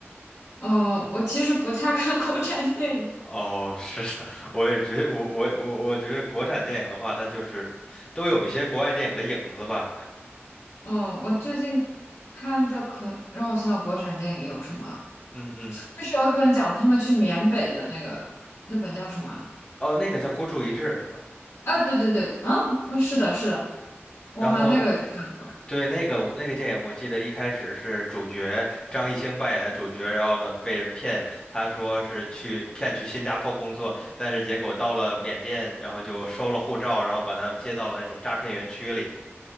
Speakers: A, on the left; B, on the left.
A: 嗯，我其实不太看国产电影。
B: 哦，是的，<laughs> 我也觉得，我我我我觉得国产电影的话，它就是都有一些国外电影的影子吧。
A: 嗯，我最近看的可让我想想国产电影有什么，
B: 嗯嗯，
A: 就是有一本讲他们去缅北的那个，那本叫什么？
B: 哦，那个叫《孤注一掷》，对吧？
A: 啊，对对对，啊，嗯，是的，是的，我好像那个有看，
B: 然后对，那个那个电影，我记得一开始是主角张艺兴扮演的主角，然后呢被人骗，他说是去骗去新加坡工作，但是结果到了缅甸，然后就收了护照，然后把他接到了那种诈骗园区里，